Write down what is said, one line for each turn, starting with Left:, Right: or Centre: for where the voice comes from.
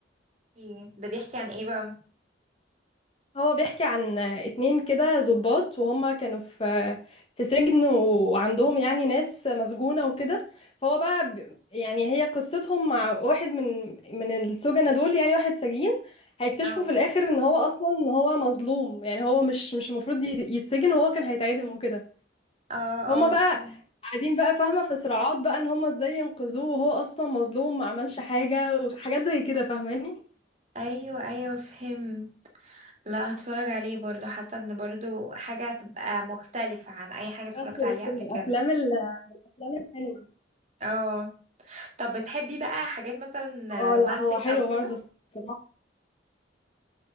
Right: إيه، ده بيحكي عن ايه بقى
Left: هو بيحكي عن اتنين كده ضباط وهم كانوا في في سجن وعندهم يعني ناس مسجونة وكده فهو بقى ب- يعني هي قصتهم مع واحد من من السجنة دول يعني واحد سجين هيكتشفوا
Right: اه
Left: في الآخر ان هو اصلا ان هو مظلوم يعني هو مش مش المفروض ي- يتسجن وهو كان هيتعدم وكده
Right: اه
Left: فهم
Right: اه
Left: بقى
Right: فهم
Left: قاعدين بقى فاهمة في صراعات بقى ان هم ازاي ينقذوه وهو اصلا مظلوم ما عملش حاجة وحاجات زي كده فاهماني
Right: ايوه ايوه فهم لا هتفرج عليه برضو حاسه ان برضو حاجه هتبقى مختلفه عن اي حاجه اتفرجت
Left: بس بس
Right: عليها
Left: من
Right: قبل كده
Left: الافلام الافلام الحلوة
Right: اه طب بتحبي بقى حاجات مثلا
Left: اه
Right: رومانتك
Left: لا هو حلو
Right: او كده
Left: برضه الصراحة